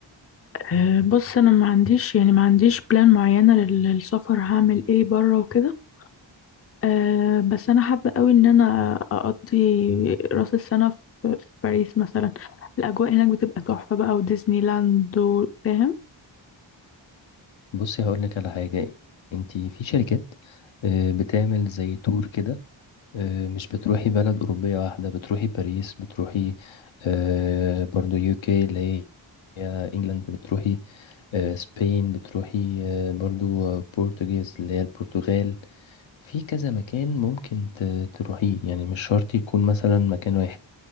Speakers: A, on the left (about 30°); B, on the left (about 75°).
A: آه بص انا ما عنديش يعني ما عنديش بلان معينة لل- للسفر هعمل ايه برا وكده أه بس انا حابه قوي ان انا اقضي راس السنه في في باريس مثلا الاجواء هناك بتبقى تحفه بقى وديزني لاند و- فاهم
B: بصي هقول لك على حاجة انت في شركات آه، بتعمل زي تور كده آه، مش بتروحي بلد أوروبية واحدة بتروحي باريس بتروحي آه، برضو يوكي اللي هي هي انجلاند بتروحي آه، سبين بتروحي آه، برضو آه، بورتوجيز اللي هي البرتغال في كذا مكان ممكن ت- تروحيه يعني مش شرط يكون مثلا مكان واحد